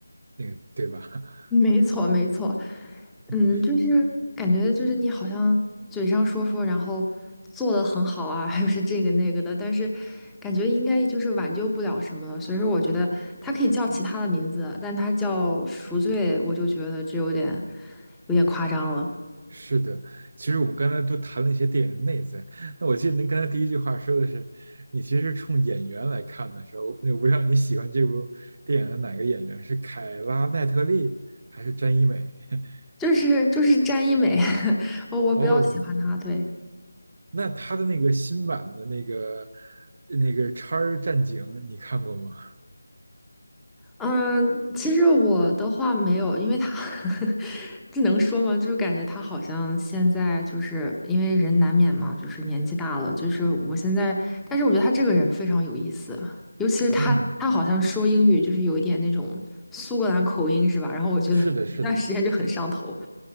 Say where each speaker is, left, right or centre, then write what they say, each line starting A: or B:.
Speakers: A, on the right; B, in the centre.
A: 那个对吧？
B: <laughs>
A: <laughs>
B: 没错，没错，嗯，
A: 嗯，
B: 就是感觉就是你好像嘴上说说，然后做的很好啊，<laughs> 又是这个那个的，但是感觉应该就是挽救不了什么了。所以说，我觉得他可以叫其他的名字，但他叫赎罪，我就觉得这有点有点夸张了。
A: 是的。其实我们刚才都谈了一些电影的内在，那我记得您刚才第一句话说的是，你其实是冲演员来看的时候，我不知道你喜欢这部电影的哪个演员，是凯拉奈特利还是詹一美？<laughs>
B: 就是就是詹一美，<laughs> 我我比较喜欢他，
A: 哦，
B: 对。
A: 那他的那个新版的那个那个《叉儿战警》，你看过吗？
B: 嗯，其实我的话没有，因为他 <laughs> 这能说吗？就是感觉他好像现在就是因为人难免嘛，就是年纪大了，就是我现在，但是我觉得他这个人非常有意思，尤其是他，
A: 嗯，
B: 他好像说英语就是有一点那种苏格兰口音是吧？然后我觉得
A: 是的，
B: <laughs>
A: 是的。
B: 那段时间就很上头，